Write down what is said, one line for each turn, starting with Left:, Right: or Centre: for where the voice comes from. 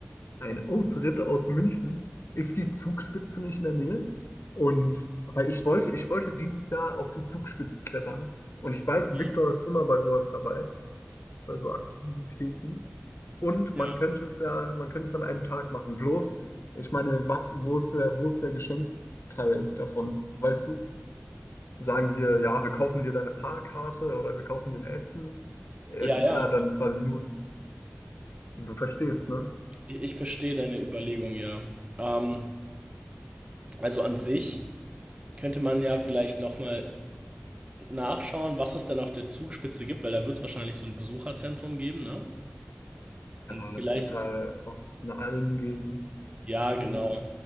Left: ein Ausritt aus München. Ist die Zugspitze nicht in der Nähe? Und weil ich wollte, ich wollte dieses Jahr auf die Zugspitze klettern. Und ich weiß,
Right: Ja,
Left: Viktor ist immer bei sowas dabei, bei so Aktivitäten. Und
Right: ja.
Left: man könnte es ja, man könnte es an einem Tag machen. Bloß, ich meine, was, wo ist der, wo ist der Geschenkteil davon? Weißt du? Sagen wir, ja, wir kaufen dir deine Fahrkarte oder wir kaufen dir ein Essen. Es
Right: Ja,
Left: ist
Right: ja.
Left: ja dann quasi nur, du verstehst, ne?
Right: Ich, ich verstehe deine Überlegung, ja. Ähm, also an sich könnte man ja vielleicht nochmal nachschauen, was es denn auf der Zugspitze gibt, weil da wird es wahrscheinlich so ein Besucherzentrum geben, ne?
Left: Ja,
Right: Und vielleicht,
Left: es wird da auch eine Alm geben.
Right: ja,
Left: wo
Right: genau,
Left: du